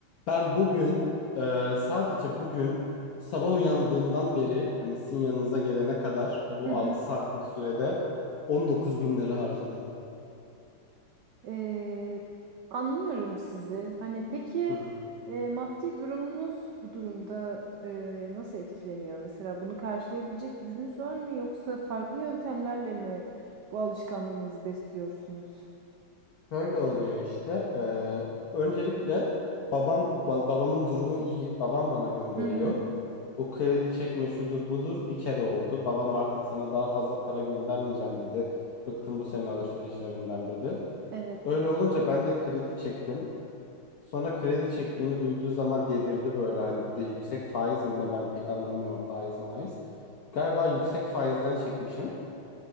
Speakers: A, on the left; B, on the right.
A: Ben bugün e, sadece bugün sabah uyandığımdan beri hani sizin yanınıza gelene kadar bu
B: Hı hı.
A: 6 saatlik sürede 19 bin lira harcadım.
B: Ee, anlıyorum sizi. Hani peki
A: Hı hı.
B: e, maddi durumunuz bu durumda e, nasıl etkileniyor? Mesela bunu karşılayabilecek gücünüz var mı? Yoksa farklı yöntemlerle mi bu alışkanlığınızı besliyorsunuz?
A: Şöyle oluyor işte. e, öncelikle babam ba- babamın durumu iyi. Babam bana gönderiyor.
B: Hı hı.
A: O kredi çekme şudur budur bir kere oldu. Babam artık sana daha fazla para göndermeyeceğim dedi. Bıktım bu senin alışverişlerinden dedi.
B: Evet.
A: Öyle olunca ben de kredi çektim. Sonra kredi çektiğimi duyduğu zaman delirdi böyle hani bir de yüksek faiz mi ne ben pek anlamıyorum faiz maiz. Galiba yüksek faizden çekmişim.